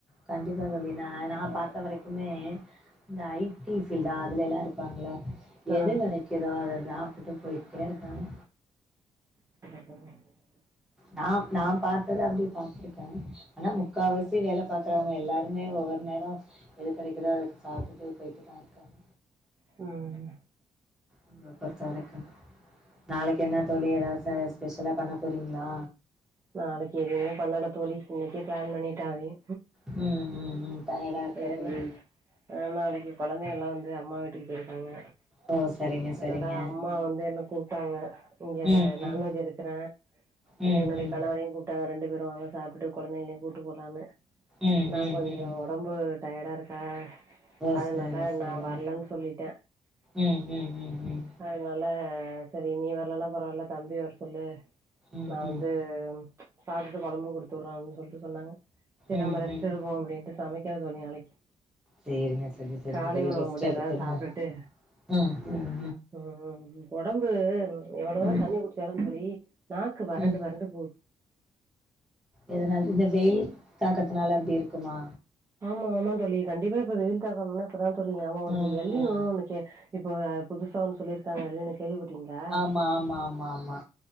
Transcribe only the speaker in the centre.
கண்டிப்பா தோழி நா நா பாத்த வரைக்குமே இந்த ஐ டி பீல்டா அதுலேல்லா இருப்பாங்கள
எது கெடைக்குதோ அத சாப்டு போய்ட்டே இருக்கனு
நா நா பாத்தத அப்டி பாத்ருக்கே ஆனா முக்காவாசி வேல பாக்ரவங்க எல்லாருமே ஒவ்வொரு நேரோ எது கெடைக்குதோ அது சாப்டுட்டு போயிட்டுதா இருக்காங்க
என்ன பொறுத்த வரைக்கு நாளைக்கு என்ன தோழி எதாது ஸ்பெஷலா பண்ண போறீங்ளா
ம் ம் ம் டயர்டா இருக்கா
தோழி
ஓ சரிங்க சரிங்க
ம்
ம்
ம்
ம்
ம்
ம்
ம்
ஓ
சரி சரிங்க
ம் ம் ம் ம்
ம்
ம்
ம்
ம்
சேரிங்க சரி சரிங்க
தோழி
ரெஸ்ட்
எடுத்துங்க
ம் ம்
ம்
ம்
எதனால இந்த வெயில் தாக்கத்துனால அப்டி இருக்குமா
ம்
ம்
ஆமா ஆமா ஆமா ஆமா